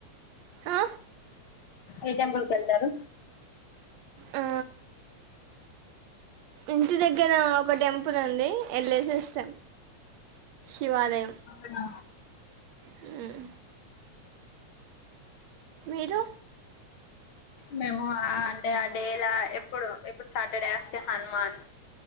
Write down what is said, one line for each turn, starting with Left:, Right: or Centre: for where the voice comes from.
Right: ఆ
Left: ఏ టెంపుల్కి వెళ్తారు
Right: ఉ ఇంటి దగ్గ నా ఒక టెంపుల్ ఉంది వెళ్ళేసేవస్తాం శివాలయం
Left: అవునా
Right: హ్మ్మ్ మీరు
Left: మేము ఆ అంటే ఆ డేలా ఎప్పుడు ఎప్పుడు సాటర్డే వస్తే హనుమాన్